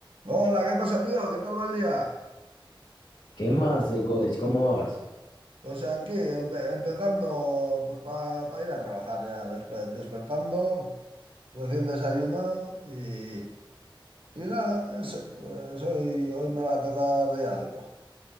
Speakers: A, on the right (about 85°); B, on the left (about 65°).
A: Hola, ¿qué pasa, tío? ¿Qué tal va el día?
B: ¿Qué más, eh, Godes? ¿Cómo vas?
A: Pues aquí, empe- empezando pues para ir a trabajar ya, despe- despertando, recién desayunado y, y nada, eso, pues hoy, hoy me va a tocar día duro.